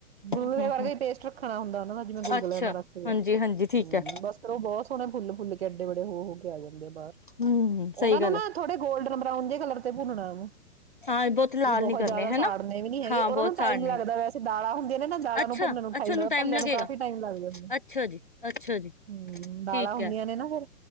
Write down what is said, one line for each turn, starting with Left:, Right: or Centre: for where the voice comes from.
Left: ਹਮ
Right: ਗੁਲਗਲੇ
Left: ਹਮ
Right: ਕਰਕੇ
Left: ਹਮ
Right: ਪੇਸਟ ਰੱਖਣਾ ਹੁੰਦਾ ਉਹ ਦਾ ਜਿਵੇਂ ਗੁਲਗਲਿਆਂ
Left: ਅੱਛਾ
Right: ਦਾ ਰੱਖਦੇ
Left: ਹਾਂਜੀ ਹਾਂਜੀ ਠੀਕ
Right: ਹਮ
Left: ਹੈ
Right: ਬਸ ਫੇਰ ਉਹ ਬਹੁਤ ਸੋਹਣੇ ਫੁੱਲ ਫੁੱਲ ਕੇ ਐਡੇ ਬੜੇ ਹੋ ਹੋ ਗ ਆ ਜਾਂਦੇ ਆ ਬਾਹਰ
Left: ਹਮ
Right: ਉਹਨਾ
Left: ਸਹੀ
Right: ਨੂੰ
Left: ਗੱਲ
Right: ਨਾ
Left: ਹੈ।
Right: ਥੋੜੇ ਗੋਲਡਨ ਬਰਾਊਨ ਜ ਕਲਰ ਤੇ ਭੁਨਣਾ ਹ
Left: ਹਾਂ ਲਾਲ
Right: ਵੀ ਬਹੁਤ
Left: ਨੀ ਕਰਨੇ
Right: ਜ਼ਿਆਦਾ
Left: ਹਨਾ
Right: ਸਾੜਨੇ ਵੀ ਨੀ ਹੈਗੇ
Left: ਹਾਂ
Right: ਉਹਨਾ
Left: ਬਹੁਤ
Right: ਨੂੰ ਟਾਈਮ
Left: ਸਾੜਨੇ
Right: ਲੱਗਦਾ ਵੈਸੇ ਦਾਲਾਂ ਹੁੰਦੀਆਂ ਨੇ ਨਾ ਦਾਲਾਂ
Left: ਅੱਛਾ,
Right: ਨੂੰ ਭੁੰਨ ਨੂੰ ਟਾਈਮ
Left: ਅੱਛਾ ਉਹਨੂੰ
Right: ਲਗ ਪੱਲਿਆਂ
Left: ਲੱਗੇਗਾ
Right: ਨੂੰ ਕਾਫੀ ਟਾਈਮ ਲੱਗ ਜਾਂਦੇ
Left: ਅੱਛਾ ਜੀ, ਅੱਛਾ ਜੀ
Right: ਹਮ ਦਾਲਾਂ
Left: ਠੀਕ
Right: ਹੁੰਦੀਆਂ
Left: ਹੈ।
Right: ਨੇ ਨਾ ਫਿਰ